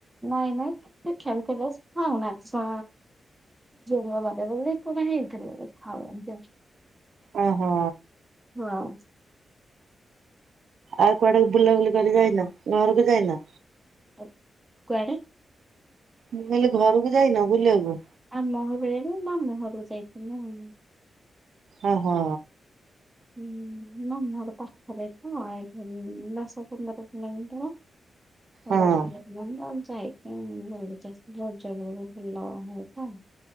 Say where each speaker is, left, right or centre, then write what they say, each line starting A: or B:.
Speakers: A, in the centre; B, on the right.
A: ନାଇଁ ନାଇଁ ତ <unintelligible> ଖେଲ ଖେଲେ ଖଉନା ଶିିବ ଙ୍କ ବାର ବୋଲି ନାଇ ହେଇଥରେ ଥାଉ ଅମିତି ଆଉ।
B: ଓହୋ।
A: ହଁ।
B: ଆଉ କୁଆଡାକୁ ବୁଲାବୁଲି କରି ଯାଇନା ଘରକୁ ଯାଇନ?
A: ତ କୁଆଡେ?
B: ମୁଁ କହିଲି ଘରକୁ ଯାଇନ ବୁଲିବାକୁ।
A: ଆମ ଘର <unintelligible> ନାଇ ମାମୁଁ ହରକୁ ଯାଇଥିଲି ଆଉ
B: ଅ ହୋ।
A: ହୁଁ। ମାମୁଁ ହର ପାଖରେ ତ ଦଶ ପନ୍ଦର ପନ୍ଦର କିଲୋମିଟର। ହଲ
B: ହଁ।
A: <unintelligible> ଯାଇକି ବୁଲିକି ଆସିଲି ରଜ <unintelligible>